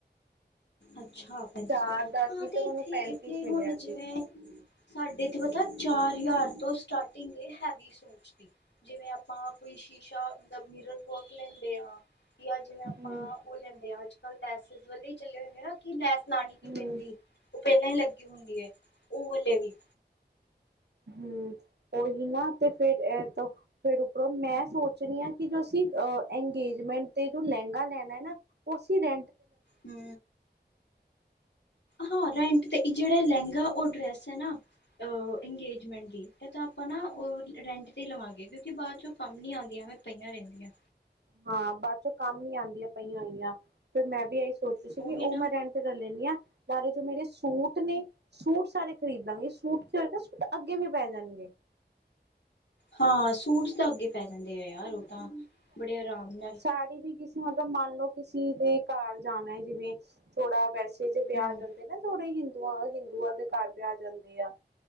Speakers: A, on the left; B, on the right.
A: ਅੱਛਾ ਪੈਂਤੀ
B: ਚਾਰ
A: ਸੌ,
B: ਦਾ
A: ਹਾਂ
B: ਸੀ
A: ਤੇ ਇੱਥੇ
B: ਮੈਨੂੰ ਪੈਂਤੀ
A: ਇੱਥੇ
B: ਚ ਮਿਲਿਆ
A: ਹੁਣ ਜਿਵੇਂ
B: ਸੀ
A: ਸਾਡੇ ਇੱਥੇ ਪਤਾ, ਚਾਰ ਹਜ਼ਾਰ ਤੋਂ ਸਟਾਰਟਿੰਗ ਹੈਵੀ, ਸ਼ੂਟ ਦੀ ਜਿਵੇਂ ਆਪਾਂ ਕੋਈ ਸ਼ੀਸ਼ਾ, ਮਤਲਬ ਮਿਰਰ ਵੋਕ ਲੈਂਦੇ ਹਾਂ ਕਿ ਆ ਜਿਵੇਂ ਆਪਾਂ
B: ਹਮ
A: ਓ ਲੈਂਦੇ ਆਂ, ਆੱਜ-ਕਾੱਲ ਪੈਸ ਵੇਈ ਚੱਲੇ ਹੋਏ ਕਿ ਲੈਸ ਲਾਣੀ ਕੀ
B: ਹਮ
A: ਪੇਂਦੀ। ਓ ਪੈਲਈ ਲੱਗੀ ਹੁੰਦੀ ਏ, ਓ ਵਾਲੇ ਵੀ।
B: ਹੂੰ, ਓਹੀ ਨਾ ਤੇ ਫੇਰ ਐ ਤੋ ਫੇਰ ਉਪਰੋਂ ਮੈਂ ਸੋਚ ਰਈ ਆਂ ਕਿ, ਜੋ ਅਸੀਂ ਅ ਐਂਗੇਜਮੈਂਟ ਤੇ ਜੋ ਲੈਂਗਾ ਲੈਨੈ ਏ ਨਾ। ਓ ਅਸੀ ਰੇਂ
A: ਹੂ ਹਾਂ, ਰੈਂਟ ਤੇ ਜਿਹੜਾ ਲਹਿੰਗਾ, ਉਹ ਡਰੈਸ ਹੈ, ਨਾ ਇੰਗੇਜਮੈਂਟ ਦੀ ਤਾਂ ਆਪਾਂ ਨਾ ਉਹ ਰੈਂਟ ਤੇ ਲਵਾਂਗੇ, ਕਿਉਂਕਿ, ਬਾਅਦ ਚੋਂ ਕੰਮ ਨਹੀਂ ਆਉਂਦਾ ਜਿਵੇ, ਮੈਂ ਪਈਆਂ ਰਹਿੰਦੀਆਂ
B: ਹਾਂ, ਬਾਅਦ ਚੋਂ ਕੰਮ ਨੀ ਆਉਂਦੀਆਂ ਪਈਆਂ ਹੋਈਆਂ, ਫਿਰ ਮੈਂ ਵੀ ਇਹੀ ਸੋਚਦੀ ਸੀ ਕਿ,
A: ਉਹੀ
B: ਉਹ
A: ਨਾ
B: ਮੈਂ ਰਹਿ ਇਜ ਕਰ ਲੈਂਦੀ, ਸਾਰੇ ਜਿਹੜੇ ਮੇਰੇ ਸੂਟ ਨੇ ਸੂਟ ਸਾਰੇ ਖਰੀਦਾ ਗੇ ਸੂਟ ਕੀ ਏ ਸੂਟ ਅੱਗੇ ਵੀ ਪੈ, ਜਾਣਗੇ।
A: ਹਾਂ ਸੂਟ ਤਾਂ ਅੱਗੇ ਪੈ ਜਾਂਦੇ ਆ ਯਾਰ, ਉਹ ਤਾਂ ਬੜੇ ਆਰਾਮ ਨਾਲ
B: ਹਾੜੀ ਵੀ ਕਿਸ ਤੁਸੀਂ ਮਤਲਬ ਮੰਨ ਲਓ ਕਿਸੀ ਦੇ ਘਰ ਜਾਣਾ ਹੈ, ਜਿਵੇਂ ਥੋੜਾ ਵੈਸੇ ਜੇ ਵਿਆਹ,
A: ਹੂੰ
B: ਜਾਂਦੇ ਨਾ ਤੁਹਾਡੇ ਹਿੰਦੂਆਂ ਹਿੰਦੂਆਂ ਦੇ ਘਰ ਵਿਆਹ ਜਾਂਦੇ ਆ